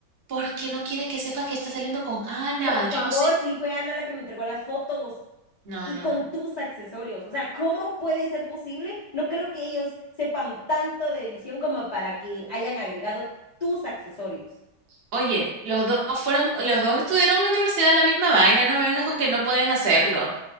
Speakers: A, on the right; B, on the left.
A: ¿por qué no quiere que sepas que está saliendo con Ana?
B: Por favor,
A: Yo no sé.
B: si fue Ana la que me entregó las fotos.
A: No,
B: y
A: no,
B: con
A: no.
B: tus accesorios. O sea, ¿cómo puede ser posible? No creo que ellos sepan tanto de edición como para que hayan agregado tus accesorios.
A: Oye, los dos fueron, los dos estudiaron en la universidad la misma vaina, no me vengas con que no pueden hacerlo.